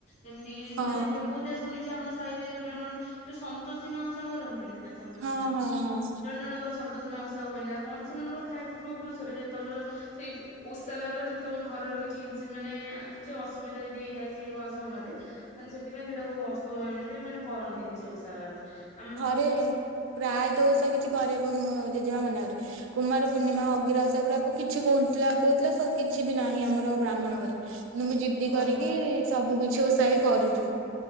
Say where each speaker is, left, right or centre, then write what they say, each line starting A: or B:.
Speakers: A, on the left; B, on the right.
A: ଯେମିତି କିି
B: ହଁ
A: ମାନେ <unintelligible> ମୁଁ ଶୁଣିଚି ଆମ ସାହି ରେ ଜଣେ ଜଣ ସେ ସନ୍ତୋଷୀ ମା ଓଷା କରନ୍ତିନି ନା ସନ୍ତୋଷୀ
B: ହଁ
A: ମା?
B: ହଁ ହଁ
A: ଜଣେ ଜଣଙ୍କର ସନ୍ତୋଷୀ ମା ଓଷା ହୁଏନା କଣ ସେମାନଙ୍କର ଥାଏ ପୂର୍ବ ପୁରୁଷରେ ଯେ ତମର ସେଇ ଯଉ ଓଷା ବାରର ଯଦି ତମ ଘରର କିଛି ଇନ୍ସି- ମାନେ କିଛି ଅସୁବିଧା ଯଦି ହେଇଥାଏ ସେଇ ଘ ସମୟରେ ତାହେଲେ ସେଥିପାଇଁ ସେଟାକୁ ଅଶୁଭ ମାନନ୍ତି ମାନେ କରନ୍ତିନି ସେ ଓଷା ବାର ଆମ
B: <inaudible> ପ୍ରାୟତ ଓଷା କିଛି କରେ ମୋ ଜେଜେମା ମନା କରେ। କୁମାର ପୂର୍ଣ୍ଣିମା ଅଗିରା ଓଷା ସେଗୁଡାକ କିଛି କହୁଥିଲା -କହୁଥିଲା କିଛି ବି ନାହିଁ ଆମର ବ୍ରାହ୍ମଣ ଘରେ। ମୁଁ ଜିଦି
A: ଅ
B: କରିକି
A: ନ
B: ସବୁ କିଛି ଓଷା ହି କରୁଚୁ